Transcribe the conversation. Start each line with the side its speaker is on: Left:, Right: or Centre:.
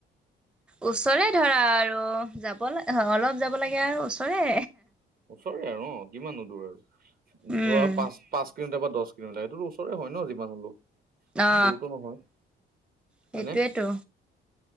Centre: ওচৰে ধৰা আৰু যাব অলপ যাব লাগে আৰু ওচৰে।
Right: ওচৰে আৰু অ কিমানো দূৰ আৰু
Centre: উম,
Right: ধৰা পাঁচ, পাঁচ কিলোমিটাৰ বা দছ সেইটো ওচৰে হয় ন যিমান হলেও।
Centre: অ,
Right: দূৰতো নহয়
Centre: সেইটোৱেটো।
Right: হয়নে